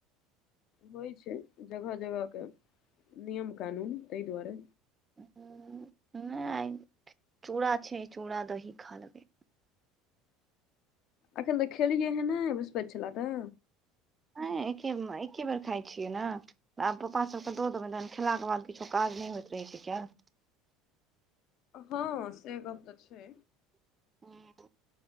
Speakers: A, on the left; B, on the right.
A: होइ छै जगह जगहके नियम कानून ताहि दुआरे
B: हँ नहि चूड़ा छै चूड़ा दही खा लेबै
A: एखन तऽ खेलियै हे ने वृहस्पैत छले तऽ
B: नै एके एके बेर खाय छियै ने आब पप्पास सभकेँ दऽ देबनि तहन खेलाके बाद किछो काज नहि होइत रहै छै केल
A: हँ से गप तऽ छै
B: हँ